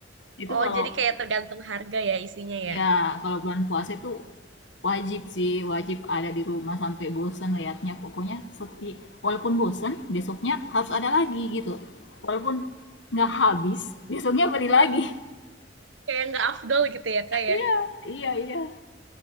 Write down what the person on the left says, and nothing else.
Itu
kalau
ya kalau bulan puasa itu wajib sih, wajib ada di rumah sampai bosan liatnya. Pokoknya sepi. Walaupun bosan, besoknya harus ada lagi gitu. Walaupun nggak habis, <laughs> besoknya beli
lagi. <laughs>
Iya, iya, iya.